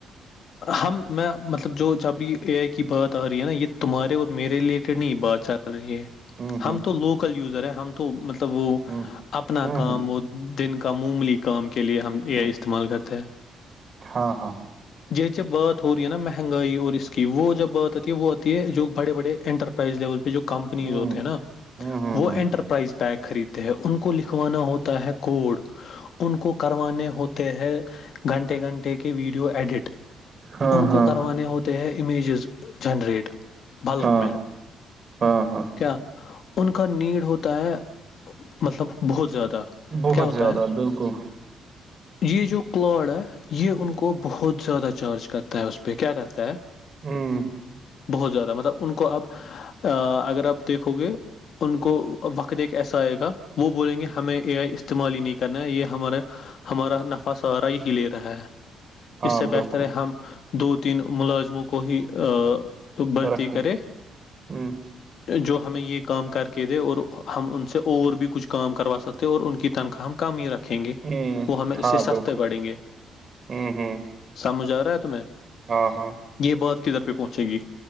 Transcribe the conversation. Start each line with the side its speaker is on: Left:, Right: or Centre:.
Left: ہم میں مطلب جو جب یہ اے آئی کی بات آ رہی ہے نا یہ تمہارے اور میرے ریلیٹڈ نہیں بات چاہ رہ
Right: ہوں ہوں
Left: ہم تو لوکل یوزر ہیں ہم تو مطلب وہ
Right: ہوں
Left: اپنا
Right: ہوں
Left: کام
Right: ہوں
Left: وہ دن کا معموملی کام کے لیے ہم ا
Right: ہوں
Left: آئی استعمال کرتے ہیں
Right: ہاں ہاں
Left: یہ جوب بات ہو رہی ہے نا مہنگائی اور اس کی وہ جو بات ہوتی ہے وہ ہوتی ہے جو بڑے بڑے انٹر ائز لیول پہ جو کمپنیز
Right: ہوں
Left: ہوتے ہیں نا
Right: ہوں ہوں
Left: وہ
Right: ہوں
Left: انٹرپ پرائز پگ خریدتے ہیں ان کو لکھوانا ہوتا ہے کوڈ ان کو کروانے ہوتے ہیں گھنٹے گھنٹے کے ویڈیو ایڈیٹ
Right: ہاں
Left: ان
Right: ہاں
Left: کو کروانے ہوتے ہیں امیجز جنریٹ بلک
Right: ہاں
Left: میں
Right: ہاں ہاں
Left: کیا ان کا نیڈ ہوتا ہے مطلب بہت زیادہ
Right: بہت
Left: کیا ہوتا
Right: زیادہ
Left: ہے
Right: بالکل
Left: یہ جو کلاڈ ہے یہ ان کو بہت زیادہ چارج کرتا ہے اس پہ کیا کرتا ہے
Right: ہوں
Left: بہت زیادہ مطلب ان کو اب ا اگر آپ دیکھو گے ان کو وقت ایک ایسا آئے گا وہ بولیں گے ہمیں اے آئی استعمال ہی نہیں کرنا ہے یہ ہمارا ہمارا نفع سارا ہی ہی لے رہا ہے
Right: ہاں
Left: اس سے
Right: بالکل
Left: بہتر ہے ہم دو تین ملازموں کو ہی بھرتی
Right: رکھے
Left: کرے
Right: ہوں
Left: جو ہمیں یہ کام کر کے دے اور ہم ان سے اور بھی کچھ کام کروا سکتے اور ان کی تنخواہ ہم کم ہی رکھیں گے
Right: ہوں
Left: وہ ہمیں اس
Right: ہاں
Left: سے سستے
Right: بالکل
Left: پڑیں گے
Right: ہوں ہوں
Left: سامجھ آ رہا ہے تمہیں
Right: ہاں ہاں
Left: یہ بات کدھر پہ پہنچے گی